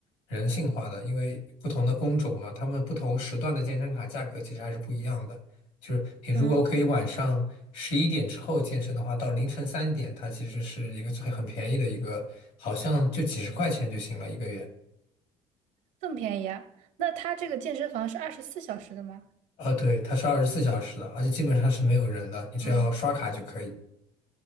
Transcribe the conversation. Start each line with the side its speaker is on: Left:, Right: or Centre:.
Left: 人性化的，因为不同的工种嘛，他们不同时段的健身卡价格其实还是不一样的。就是你如果可以晚上十一点之后健身的话，
Right: 嗯，
Left: 到凌晨三点，它其实是一个最很便宜的一个，好像就几十块钱就行了一个月。
Right: 这么便宜啊？那他这个健身房是二十四小时的吗？
Left: 啊，对，它是二十四小时的，而且基本上是没有人的，你只要刷卡就可以。
Right: 嗯